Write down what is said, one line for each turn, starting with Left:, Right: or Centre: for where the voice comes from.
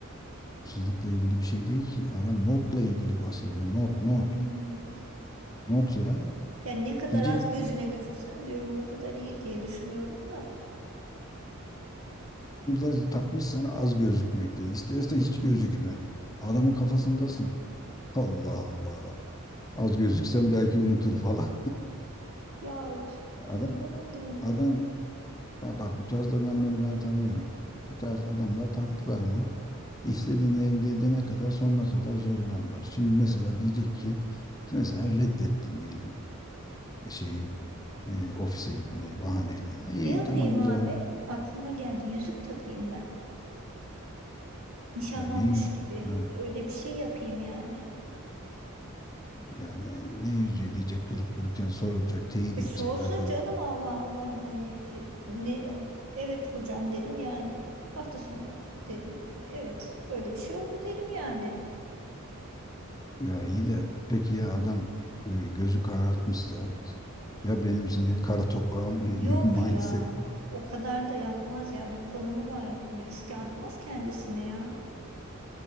Left: hırsızlıkla ilgili bir şey değil ki. Adam notla ilgili bahsediyor. Not not.
Right: Hmm,
Left: Not ya.
Right: Yani ne kadar
Left: Diyecek
Right: az gözüne gözüksem diyorum o kadar iyi diye düşünüyorum da.
Left: biraz takmış sana az gözükmekle. İstersen hiç gözükme. Adamın kafasındasın. Allah Allah. Az gözüksen belki unutur falan.
Right: Ya üf,
Left: Adam
Right: bilemedim.
Left: adam Ya bak bu tarz adamları ben tanıyorum. Bu tarz adamlar taktılar mı istediğini elde edene kadar sonuna kadar zorlarlar. Şimdi mesela diyecek ki mesela reddettin diyelim e, şeyi e, ofise gitmeyi bahaneyle. İyi
Right: Şey yapayım
Left: tamam
Right: abi.
Left: güzel onu.
Right: Aklıma geldi. Yüzük takayım ben. Nişanlanmış
Left: Ya ne yüzü
Right: gibi.
Left: ha,
Right: Öyle bir şey yapayım yani.
Left: ya ne, ne yüzüğü diyecek durup dururken soracak, teyit
Right: E,
Left: edecek
Right: sorsun
Left: arkadaş.
Right: canım Allah Allah. Hani e, ne evet hocam derim yani. Hafta sonu derim. Evet böyle bir şey oldu derim yani.
Left: Ya iyi de peki ya adam e, gözü karartmışsa ya benimsin ya kara toprağım <laughs>
Right: Yok
Left: mindset.
Right: ya. O kadar da yapmaz ya. Bir konumu var. Riske atmaz kendisini ya.